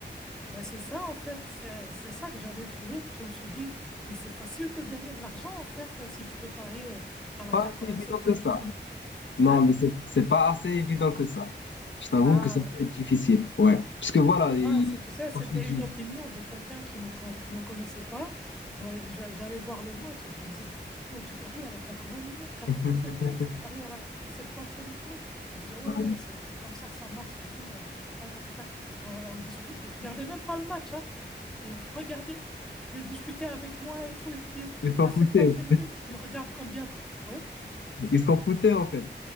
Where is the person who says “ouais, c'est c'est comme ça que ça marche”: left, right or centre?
Centre